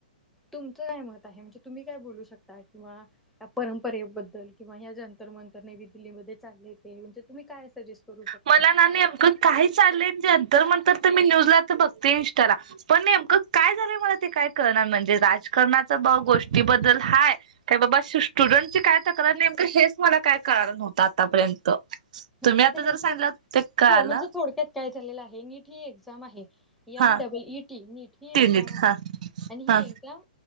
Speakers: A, in the centre; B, on the right (about 55°).
A: तुमचं काय मत आहे म्हणजे तुम्ही काय बोलू शकता? किंवा या परंपरेबद्दल? किंवा या जंतर मंतर नेवी दिल्लीमध्ये चालले ते म्हणजे तुम्ही काय सजेस्ट करू शकता
B: मला ना नेमक काही चाललंये, जतर मंतर तर मी न्यूजला तर बघते इंस्टाला पण नेमकं काय झालंय मला ते काय कळ ना म्हणजे राजकारणाचं ब गोष्टीबद्दल हाय? काय बाबा श्टूडंटची काय तक्रार नेमकं हेच मला काय कळालं नव्हतं आतापर्यंत.
A: हं
B: तुम्ही
A: म्हणजे
B: आता
A: नेमकं
B: जर सांगलं
A: काय?
B: ते कळालं
A: हो म्हणजे थोडक्यात काय झालेलं आहे नीट ही एक्झाम आहे यन
B: हा
A: डबल इटी, नीट ही
B: तिनीत
A: एक्झाम आहे
B: हा
A: आणि
B: हा
A: ही एक्झाम